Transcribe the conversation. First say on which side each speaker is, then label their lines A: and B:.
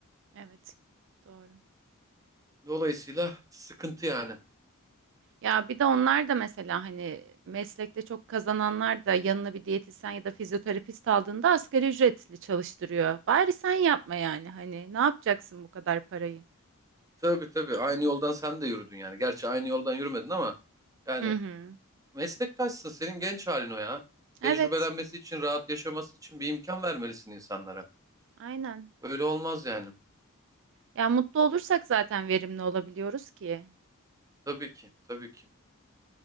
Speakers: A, on the right; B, on the right.
A: evet, doğru.
B: Dolayısıyla sıkıntı yani.
A: Ya bir de onlar da mesela hani meslekte çok kazananlar da yanına bir diyetisyen ya da fizyoterapist aldığında asgari ücretli çalıştırıyor. Bari sen yapma yani hani ne yapacaksın bu kadar parayı?
B: Tabii tabii aynı yoldan sen de yürüdün yani. Gerçi aynı yoldan yürümedin ama yani
A: Hı hı.
B: meslektaşsın senin genç halin o ya. Tecrübelenmesi
A: Evet.
B: için, rahat yaşaması için bir imkan vermelisin insanlara.
A: Aynen.
B: Öyle olmaz yani.
A: Ya mutlu olursak zaten verimli olabiliyoruz ki.
B: Tabii ki, tabii ki.